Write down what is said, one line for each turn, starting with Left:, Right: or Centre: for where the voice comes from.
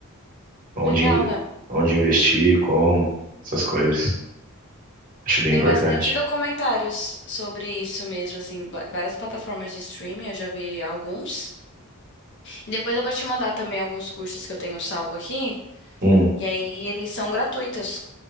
Right: Onde,
Left: Legal,
Right: inve-
Left: Léo.
Right: onde investir, como, essas coisas. Acho bem
Left: Tem
Right: importante.
Left: bastante documentários sobre isso mesmo, assim, ba- várias plataformas de streaming, eu já vi alguns. E depois eu vou te mandar também alguns cursos que eu tenho salvo aqui,
Right: Hum.
Left: e aí eles são gratuitos,